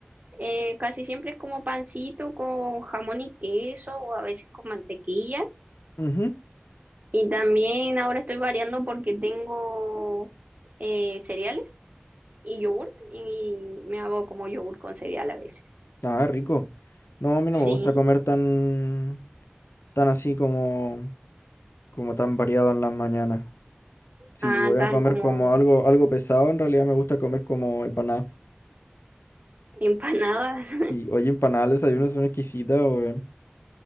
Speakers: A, on the right (about 40°); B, on the left (about 85°).
A: Eh, casi siempre es como pancito con jamón y queso o a veces con mantequilla.
B: Ujú.
A: Y también ahora estoy variando porque tengo eh, cereales y yogurt y me hago como yogurt con cereal a veces.
B: Ah, rico. No, a mí no me
A: Sí,
B: gusta comer tan, tan así como, como tan variado en las mañanas. Si
A: ah,
B: voy
A: tan
B: a comer
A: como
B: como algo, algo pesado, en realidad me gusta comer como empanada.
A: empanadas.
B: Y
A: <laughs>
B: <laughs> oye, empanadas, al desayuno son exquisitas, weón.